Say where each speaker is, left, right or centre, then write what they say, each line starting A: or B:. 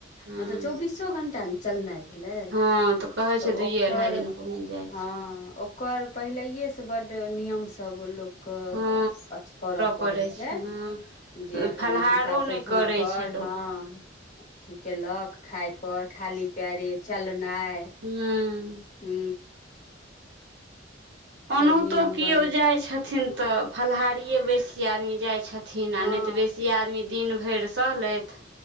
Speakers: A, on the right; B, on the left.
A: हँ
B: मतलब चौबीसो घंटा न चलनाइ भेलै,
A: हँ कहै
B: तऽ
A: छै दुइए
B: ओकर
A: अढ़ाइ दिन पहुँच जाइ
B: हँ,
A: छै
B: ओ कर, पहिलैएसँ बड्ड नियम सब लोक क
A: हँ
B: अथी करय पड़ैत
A: पड़ै
B: छै,
A: हँ
B: जे कनि
A: फलाहारो
B: पैसाब पैखाना
A: नहि करै
B: पर
A: छै लोक
B: हँ। अथि कयलक, खायपर, खाली पैरे चलनाइ।
A: हूँ।
B: हू।
A: ओनातो
B: नियम
A: कियओ
B: बड़
A: जाइत छथि छइन तऽ, फलाहारिए बेसी आदमी जाइ छथिन,
B: हँ
A: आ नहि तऽ बेसी आदमी दिन भरि सहलथि।